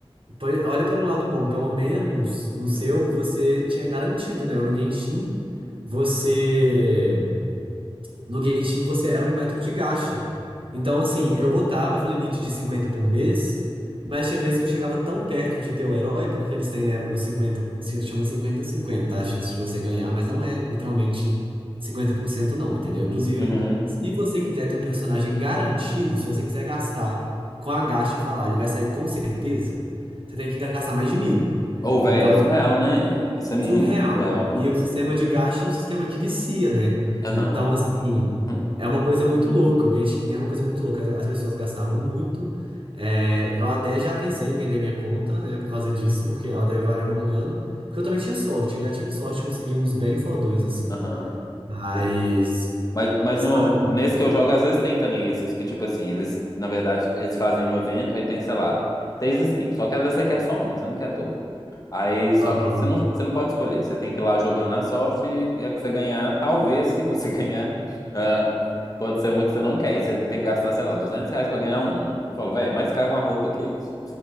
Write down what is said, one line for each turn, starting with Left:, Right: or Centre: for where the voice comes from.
Right: foi- olha pelo lado bom, pelo menos no seu
Left: <laughs>
Right: você tinha garantido, né? No Genshin você No Genshin você era um metro de gacha. Então, assim, eu botava o limite de 50 por mês, mas tinha vezes que eu chegava tão perto de ter o herói, porque eles têm, né, o cinquenta por- se chama 50 50 tá? a chance de você ganhar, mas não é literalmente 50% não, entendeu? Inclusive,
Left: Uhum.
Right: se você quiser ter um personagem garantido, se você quiser gastar com a gacha e falar, ele vai sair com certeza, você tem que gastar mais de mil.
Left: Ou, velho,
Right: então
Left: é surreal, né? Isso é muito
Right: surreal.
Left: surreal, velho.
Right: E o sistema de gasto é um sistema que vicia, né?
Left: Aham.
Right: Então, assim,
Left: hum,
Right: é uma coisa muito louca. O Genshin era uma coisa muito louca. As as pessoas gastavam muito. É, eu até já pensei em vender minha conta, né? Por causa disso, porque ela deve valer uma grana. Porque eu também tinha sorte. Eu já tive sorte de conseguir uns bem fodões, assim.
Left: Aham.
Right: Mas,
Left: O- Mas, mas
Right: sabe?
Left: no, nesse que eu jogo, às vezes tem também esses que, tipo assim, eles, na verdade, eles fazem um evento, aí tem, sei lá, seis skins. Só que às vezes você quer só uma, você não quer todas. Aí, só
Right: Aham.
Left: que você não, você não pode escolher. Você tem que ir lá jogando na sorte e a que você ganhar, talvez, se você <laughs> ganhar, ah, pode ser uma que você não quer. E você tem que gastar, sei lá, 200 reais pra ganhar uma. Eu falo, velho, mais caro que uma roupa, que isso?